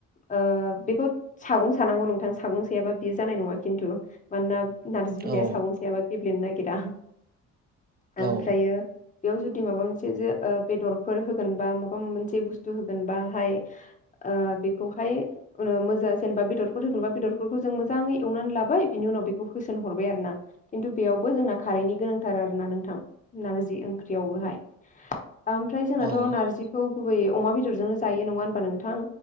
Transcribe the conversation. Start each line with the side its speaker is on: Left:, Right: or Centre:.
Left: ओ बेखौ सागं सानांगौ नोंथां सागं सायाबा बेयो जानाय नङा खिन्थु मानोना नारजि बिलाइया
Right: औ
Left: सागं सायाब गेब्लेनो ना गिरा
Right: औ
Left: ओमफ्रायो बेयाव जुदि माबा मोनसे जे ओ बेदरफोर होगोन बा माबा मोनसे बुस्थु होग गोनबाहाय ओ बेखौहाय ओ मोजां जेनबा बेदरफोर होगोनबा बे दरफोरखौ जों मोजाङै एवनानै लाबाय बिनि उनाव बेखौ होसोन हरबाय आरो ना। खिन्थु बेयावबो जोंना खारैनि गोनांथार आरो ना नोंथां नारजि ओंख्रियावबोहाय। आमफ्राय जोंनाथ'
Right: औ
Left: नारजिखौ गुबै अमा बेदरजों जोंनो जायो नङा होमबा नोंथां?